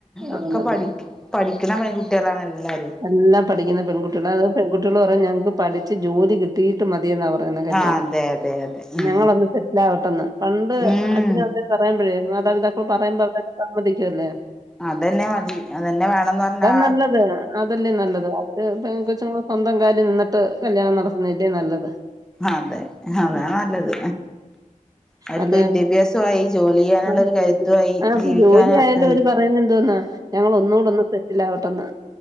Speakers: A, in the centre; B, on the right.
A: ഒക്കെ
B: ആണല്ലേ
A: പഠിക്കും പഠിക്കുന്ന പെൺകുട്ടികളാണ് എല്ലാരും
B: എല്ലാം പഠിക്കുന്ന പെൺകുട്ടികള് അത് പെൺകുട്ടികള് പറയും ഞങ്ങൾക്ക് പഠിച്ച് ജോലി കിട്ടിട്ട് മതിയെന്ന പറഞ്ഞ കല്യാണം
A: ആ അതെ അതെ അതെ ഉം
B: ഞങ്ങളൊന്ന് സെറ്റിൽ ആവട്ടെന്ന് പണ്ട്
A: ഉം
B: അച്ഛനും അമ്മ പറയുമ്പഴേ മാതാപിതാക്കൾ പറയുമ്പോ അത് സമ്മതിക്കുമല്ലേ
A: അതെന്നെ മതി അതെന്നെ വേണംന്ന് പറഞ്ഞാ
B: നല്ലത് അതല്ലേ നല്ലത് അത് ഇ കൊച്ച്ങ്ങള് സ്വന്തം കാല നിന്നിട്ട് കല്യാണം നടത്തുന്നതല്ലേ നല്ലത്
A: അതെ അതാ
B: ആ
A: നല്ലത് അവർക്ക്
B: അല്ലെ
A: വിദ്യാഭ്യാസമായി ജോലി ചെയ്യാനുള്ള
B: ആ
A: ഒരു കരുത്തു
B: ജോലി
A: ആയി
B: ആ, അപ്പൊ
A: ജീവിക്കാൻ
B: ജോലി ആയാലും
A: ഉ
B: അവര് പറയുന്ന എന്തോന്നാ ഞങ്ങൾ ഒന്നുകൂടെ ഒന്ന് സെറ്റിൽ ആവട്ടെന്ന്